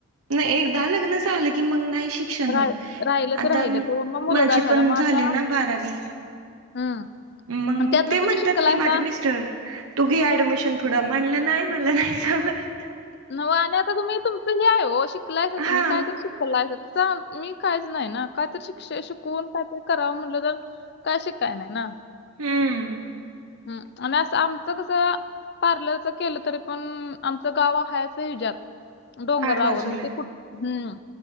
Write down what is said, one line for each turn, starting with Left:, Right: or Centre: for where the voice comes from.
Right: नाही एकदा लग्न झालं की मग नाही शिक्षण
Left: रा-
Right: होत
Left: राहिलं ते
Right: आता
Left: राहिलं
Right: म
Left: तर मग मुलगा
Right: माझी
Left: झाला
Right: पण
Left: मग
Right: झाले
Left: आता
Right: ना बारावी.
Left: हम्म
Right: मंग
Left: आणि त्यातनं
Right: ते म्हणत्यात
Left: तुम्ही शिकलायसा
Right: की माझे मिस्टर. तु घे ऍडमिशन पुढं म्हणलं नाही म्हणलं नाही सावरत.
Left: नवा आणि आता तुम्ही तुमचं हे आहे हो शिकलाय
Right: हा
Left: तुम्ही काय तरी शिक <unintelligible> मी काहीच नाही ना कायतरी शिक्ष शिकवून कायतरी करावं म्हटलं तर काय शिकाय नाही ना.
Right: हम्म.
Left: हम्म आणि असं आमचं कसं पार्लरच केलं तरी पण आमचं गावा फायच हेज्यात डोंगरावर
Right: आड बाजूला
Left: म
Right: आहे
Left: ते कुठ हम्म.